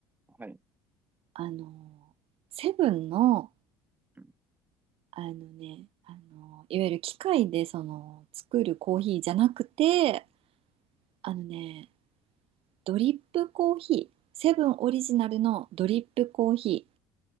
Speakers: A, on the right; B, on the right.
A: はい。
B: あのー、セブンの、
A: うん
B: あのね、あのーいわゆる機械でその作るコーヒーじゃなくて、あのね、ドリップコーヒー、セブンオリジナルのドリップコーヒ